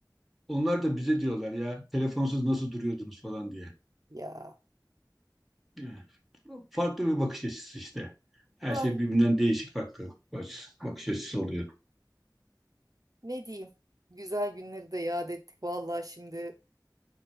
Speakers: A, in the centre; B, on the right (about 55°).
A: Onlar da bize diyorlar ya telefonsuz nasıl duruyordunuz falan diye.
B: Ya
A: Evet. Farklı bir bakış açısı işte. Her
B: ah
A: şey birbirinden değişik farklı bakış, bakış açısı oluyor.
B: ne diyeyim. Güzel günleri de yad ettik. Vallahi şimdi